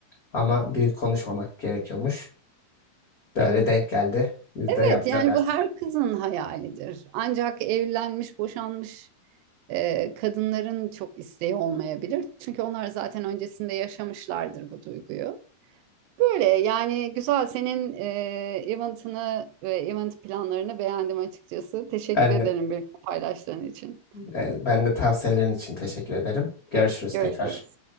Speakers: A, on the left; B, on the right.
A: Ama büyük konuşmamak gerekiyormuş. Böyle denk geldi. Biz
B: Evet
A: de yapacağız
B: yani
A: artık.
B: bu her kızın hayalidir. Ancak evlenmiş, boşanmış e, kadınların çok isteği olmayabilir. Çünkü onlar zaten öncesinde yaşamışlardır bu duyguyu. Böyle yani güzel senin e, eventini ve event planlarını beğendim açıkçası. Teşekkür
A: Ben
B: ederim
A: de,
B: benimle paylaştığın için.
A: e, ben de tavsiyelerin için teşekkür ederim. Görüşürüz
B: Görüşürüz.
A: tekrar.